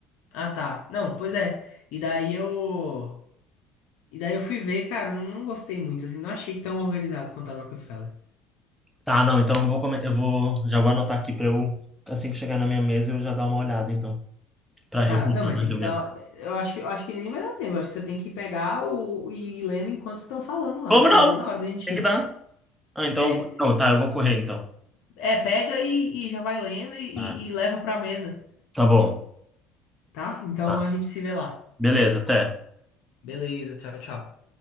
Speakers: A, on the left (about 75°); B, in the centre.
A: Ah, tá. Não, pois é. E daí eu. E daí eu fui ver, cara, não gostei muito, assim, não achei tão organizado quanto a Rockefeller.
B: Tá, não, então eu vou, come- eu vou, já vou anotar aqui pra eu, assim que chegar na minha mesa, eu já dar uma olhada, então, pra reforçar
A: Tá, não, mas
B: na
A: tem
B: reunião.
A: que dar. Eu acho que, eu acho que nem vai dar tempo. Eu acho que você tem que pegar o, e ir lendo enquanto estão falando lá,
B: Como
A: que
B: não?
A: já tá na hora da gente
B: Tem
A: ir.
B: que dar. Ah, então,
A: É.
B: eu vou- não, tá, eu vou correr, então.
A: É, pega e, e já vai lendo e,
B: Tá,
A: e e leva pra mesa,
B: tá bom.
A: tá? Então
B: Tá.
A: a gente se vê lá.
B: Beleza, até.
A: Beleza, tchau, tchau.